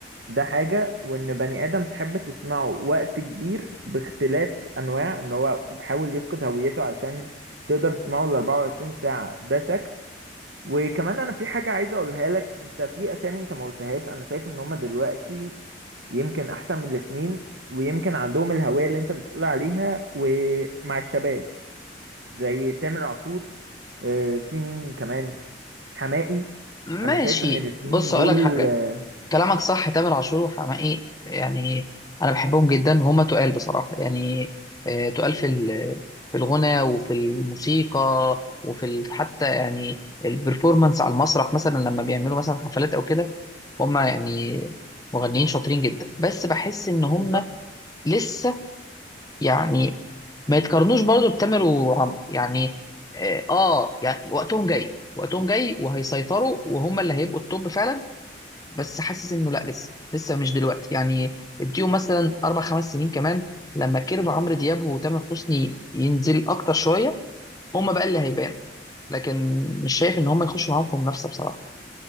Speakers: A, on the right; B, on the left.
A: ده حاجة وان بني ادم تحب تسمعه وقت كبير باختلاف انواع ان هو بيحاول يفقد هويته علشان تقدر تسمعه ال 24 ساعة ده شكل وكمان انا في حاجة عايز اقولها لك انت في اسامي انت ما قلتهاش انا شايف ان هما دلوقتي يمكن احسن من الاتنين ويمكن عندهم الهوية اللي انت بتقول عليها ومع الشباب زي تامر عاشور آه، في مين كمان حماقي
B: ماشي
A: انا شايف ان الاتنين
B: بص
A: دول
B: اقول لك حاجه
A: آه،
B: كلامك صح تامر عاشور وحماقي يعني انا بحبهم جدا هما تقال بصراحه يعني آه، تقال في ال- في الغنى وفي الموسيقى وفي ال- حتى يعني البرفورمانس على المسرح مثلا لما بيعملوا مثلا حفلات او كده هما يعني مغنيين شاطرين جدا بس بحس ان هما
A: بالظبط
B: لسه يعني ما يتقارنوش برضو بتامر وعمرو يعني اه آه، يعني وقتهم جاي وقتهم جاي وهيسيطروا وهم اللي هيبقوا التوب فعلا بس حاسس انه لا لسه لسه مش دلوقتي يعني اديهم مثلا اربع خمس سنين كمان لما كيرف عمرو دياب وتامر حسني ينزل اكتر شويه هم بقى اللي هيبانوا لكن مش شايف ان هم يخشوا معاهم في منافسه بصراحه